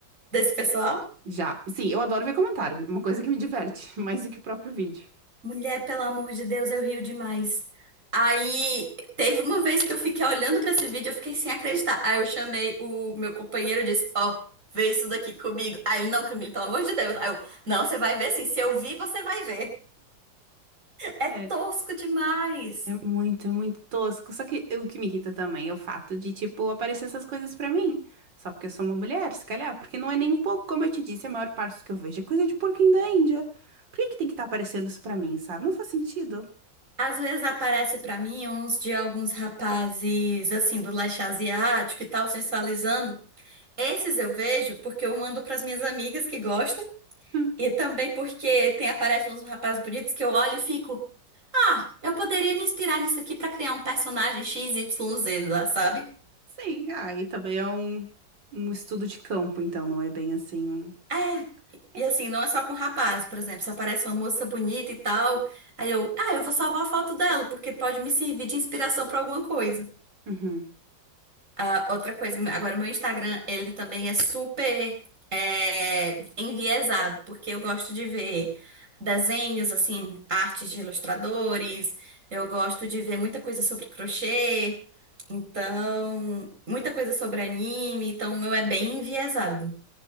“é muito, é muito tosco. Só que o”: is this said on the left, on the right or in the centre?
Right